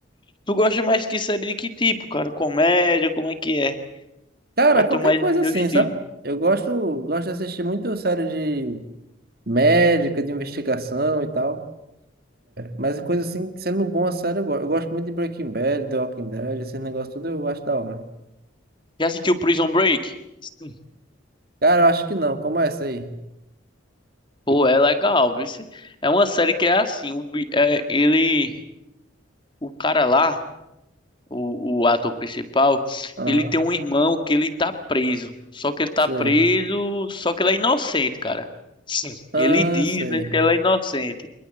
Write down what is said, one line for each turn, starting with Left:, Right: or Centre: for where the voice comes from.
Left: Tu gosta mais que série de que tipo, cara? Comédia, como é que é?
Right: Cara,
Left: Qual é teu
Right: qualquer
Left: mais
Right: coisa
Left: teu
Right: assim,
Left: estilo?
Right: sabe? Eu gosto, gosto de assistir muito série de médica, de investigação e tal. Mas coisa assim, sendo bom a série, eu gosto. Eu gosto muito de Breaking Bad, The Walking Dead, esses negócios tudo eu acho da hora.
Left: Já assistiu Prison Break? Sim.
Right: Cara, eu acho que não. Como é essa aí?
Left: Pô, é legal, viu? Se- É uma série que é assim, o, bi- é, ele, o cara lá, o, o ator principal,
Right: Aham,
Left: ele tem um irmão que ele tá preso. Só que ele tá
Right: sei.
Left: preso, só que ele é inocente, cara. Sim.
Right: Ah,
Left: Ele diz
Right: sei.
Left: mesmo que ele é inocente.